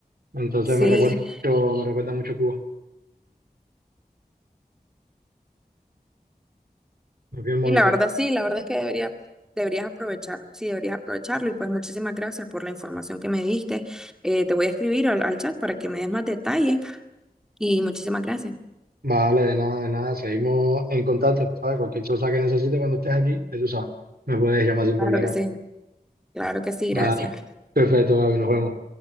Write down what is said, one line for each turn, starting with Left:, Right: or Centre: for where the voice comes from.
Right: Entonces
Centre: Sí.
Right: me recuerda mucho, me recuerda mucho Cuba. Es bien bonito.
Centre: Y la verdad, sí, la verdad es que debería, deberías aprovechar, sí, deberías aprovecharlo. Y pues muchísimas gracias por la información que me diste. Eh, te voy a escribir al, al chat para que me des más detalles. Y muchísimas gracias.
Right: Vale, de nada, de nada. Seguimos en contacto, ¿sabes? Cualquier cosa que necesites cuando estés aquí, ya tú sabes, me puedes llamar sin
Centre: Claro
Right: problema.
Centre: que sí, claro que sí, gracias.
Right: Vale, perfecto, Gaby, nos vemos.